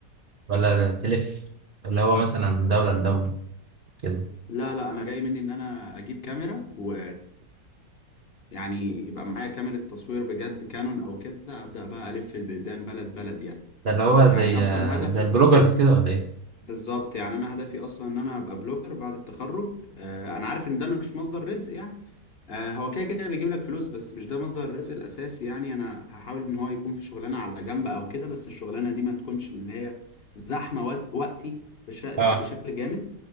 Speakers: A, on the right; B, on the left.
A: ولا تلف اللي هو مثلا من دولة لدولة كده
B: لا لا انا جاي مني ان انا اجيب كاميرا و يعني يبقى معايا كاميرا تصوير بجد كانون او كده ابدا بقى الف البلدان بلد بلد يعني
A: ده اللي هو زي
B: يعني اصلا هدفي
A: زي البلوجرز كده ولا ايه؟
B: بالظبط يعني انا هدفي اصلا ان انا ابقى بلوجر بعد التخرج آه، انا عارف ان ده مش مصدر رزق يعني آه، هو كده كده بيجيب لك فلوس بس مش ده مصدر الرزق الاساسي يعني انا هحاول ان هو يكون في شغلانه على جنب او كده بس الشغلانه دي ما تكونش من اللي هي زحمه وقت- وقتي بش- بشكل
A: اه
B: جامد